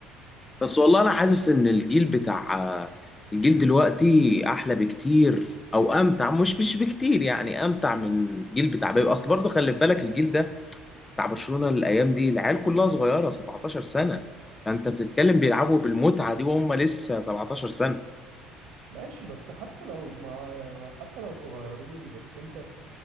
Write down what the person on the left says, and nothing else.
بس والله انا حاسس ان الجيل بتاع الجيل دلوقتي احلى بكتير او امتع مش مش بكتير يعني امتع من الجيل بتاع بيب اصل برضه خلي بالك الجيل ده بتاع برشلونة الايام دي العيال كلها صغيرة 17 سنة فانت بتتكلم بيلعبوا بالمتعة دي وهم لسه 17 سنة